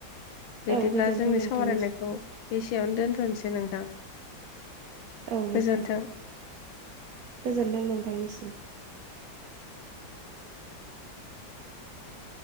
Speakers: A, on the left; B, on the right.
A: बिदिब्ला
B: औ गोजोन्थों
A: जोंनि
B: नोंथांनिसिम
A: सावरायनायखौ बेसेयावनो दोन्थ'नोसै नोंथां
B: औ
A: गोजोन्थों
B: नोंथां गोजोनदों नोंथांनिसिम
A: <inaudible>